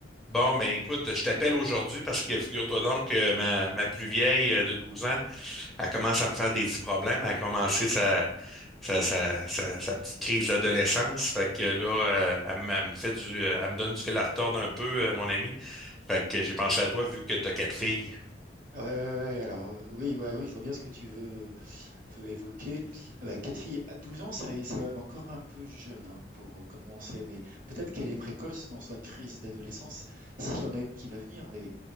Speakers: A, in the centre; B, on the right.
A: Bon, ben écoute, je t'appelle aujourd'hui parce que figure-toi donc que ma, ma plus vieille euh, de 12 ans, elle commence à me faire des petits problèmes. Elle a commencé sa, sa, sa, sa, sa petite crise d'adolescence. Fait que là, euh, elle, me elle me fait du, euh, elle me donne du fil à retordre un peu, euh, mon ami. Fait que j'ai pensé à toi
B: Ah.
A: vu que tu as quatre filles.
B: Ouais, ouais, ouais, ouais, alors, heu, oui, ouais, oui, je vois bien ce que tu veux veux évoquer. Ah bah, 4 filles à 12 ans, c'est c'est encore un peu jeune, hein, pour, heu, commencer, mais peut-être qu'elle est précoce dans sa crise d'adolescence, s'il y en a une qui va venir, mais